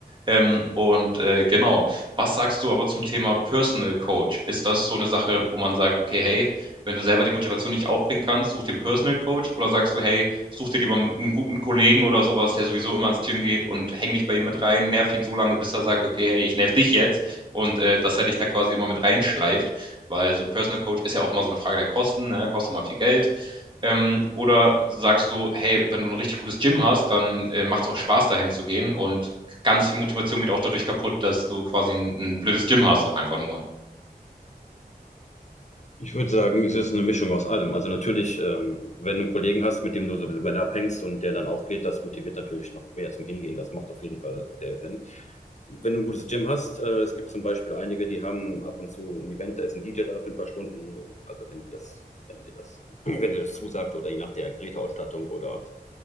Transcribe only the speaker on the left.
Ich würde sagen, es ist eine Mischung aus allem. Also natürlich, ähm, wenn du einen Kollegen hast, mit dem du so gerne abhängst und der dann auch geht, das motiviert natürlich noch mehr zum Hingehen. Das macht auf jeden Fall sehr Sinn. Wenn du ein gutes Gym hast, äh, es gibt zum Beispiel einige, die haben ab und zu ein Event, da ist ein DJ da für ein paar Stunden. Also wenn dir das, wenn dir das, <clears throat> wenn dir das zusagt oder je nach der Geräteausstattung oder